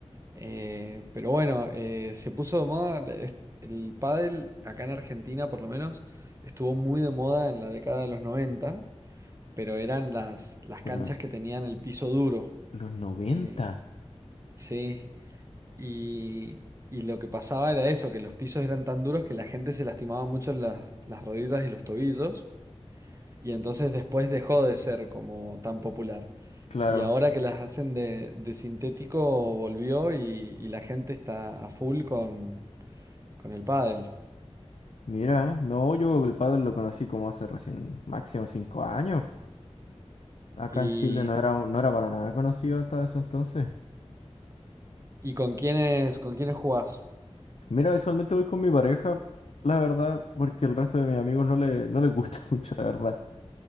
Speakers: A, on the right; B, on the left.
A: Eh, pero bueno, eh, se puso de moda, es- el pádel acá en Argentina por lo menos estuvo muy de moda en la década de los 90 pero eran las, las canchas
B: De los,
A: que tenían el piso duro.
B: los 90.
A: Eh, sí, y, y lo que pasaba era eso, que los pisos eran tan duros que la gente se lastimaba mucho las, las rodillas y los tobillos, y entonces después dejó de ser como tan popular.
B: Claro.
A: Y ahora que las hacen de, de sintético, volvió y, y la gente está a full con, con el pádel.
B: Mira, no, yo el pádel lo conocí como hace recién máximo cinco años. Acá
A: ¿Y,
B: en Chile no era, no era para nada conocido hasta ese entonces.
A: y con quiénes, con quiénes jugás?
B: Mira, usualmente voy con mi pareja, la verdad, porque el resto de mis amigos no le, no les gusta <laughs> mucho, la verdad.